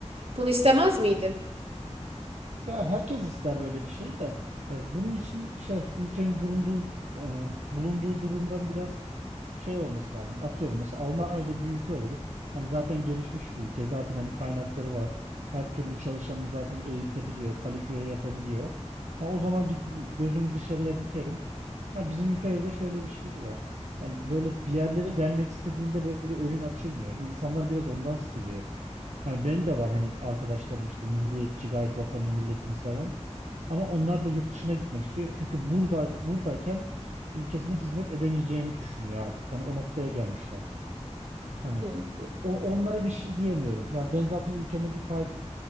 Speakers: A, on the right; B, on the right.
A: Bunu istemez miydin?
B: Ya herkes ister böyle bir şey de e, bunun için şey ülkenin durunduğu e, bulunduğu durumdan biraz şey olması lazım. Atıyorum mesela Almanya gibi bir ülke oluruz. Hani zaten gelişmiş bir ülke. Zaten hani kaynakları var. Her türlü çalışanı zaten eğitebiliyor, kalifiye yapabiliyor. Ha, o zaman git, gözümü dışarıya dikerim. Ha, bizim ülkede de şöyle bir şey var. Yani böyle bir yerlere gelmek istediğinde böyle önün açılmıyor. İnsanlar biraz ondan sıkılıyor. Hani benim de var hani arkadaşlarım işte milliyetçi gayet vatanını milletini seven. Ama onlar da yurt dışına gitmek istiyor. Çünkü burada buradayken ülkesine hizmet edemeyeceğini düşünüyor artık. Hani o noktaya gelmişler. Hani
A: Hmm.
B: o, o- onlara bir şey diyemiyorum. Yani ben zaten ülkeme bir fayda